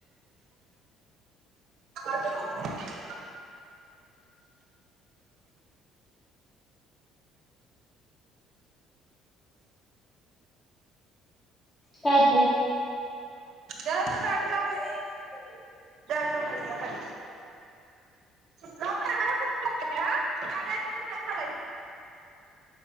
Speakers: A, on the right; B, on the left.
A: <unintelligible>
B: काय ते?
A: जला तर गाडी लावून
B: <inaudible>
A: गाडी लावून ये जा खाली जाऊन दाराला कुलूप लावून येते हा. गाडी अजिबात बाहेर काढायची.